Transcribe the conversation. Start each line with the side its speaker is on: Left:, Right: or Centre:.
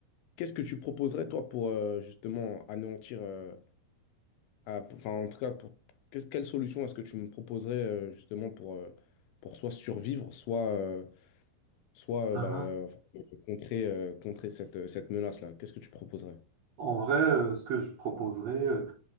Left: Qu'est-ce que tu proposerais, toi, pour euh, justement anéantir, euh, à- enfin, en tout cas, pour, qu'est-ce- quelle solution est-ce que tu me proposerais, euh, justement, pour, euh, pour soit survivre, soit, euh, soit
Right: Mhm.
Left: euh, bah, euh, enfin, euh, contrer, euh, contrer cette, euh, cette menace-là? Qu'est-ce que tu proposerais?
Right: En vrai, euh, ce que je proposerais. euh,